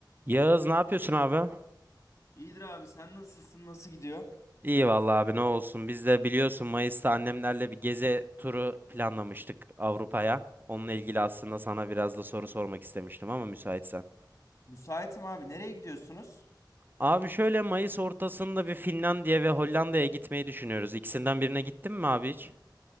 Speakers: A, on the right (about 25°); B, on the left (about 45°).
A: Yağız ne yapıyorsun abi?
B: İyidir abi sen nasılsın nasıl gidiyor?
A: İyi vallahi abi ne olsun. Biz de biliyorsun Mayıs'ta annemlerle bir gezi turu planlamıştık Avrupa'ya. Onunla ilgili aslında sana biraz da soru sormak istemiştim ama müsaitsen.
B: Müsaitim abi nereye gidiyorsunuz?
A: Abi şöyle Mayıs ortasında bir Finlandiya ve Hollanda'ya gitmeyi düşünüyoruz. İkisinden birine gittin mi abi hiç?